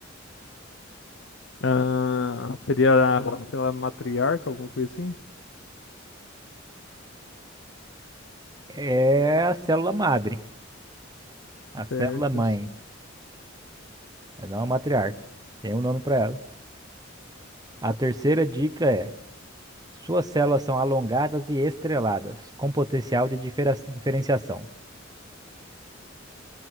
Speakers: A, on the left; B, on the right.
A: Ah, seria a célula matriarca, alguma coisa assim?
B: É a célula madre, a célula
A: Certo.
B: mãe, mas não a matriarca. Tem um nome para ela. A terceira dica é Suas células são alongadas e estreladas, com potencial de difera- diferenciação.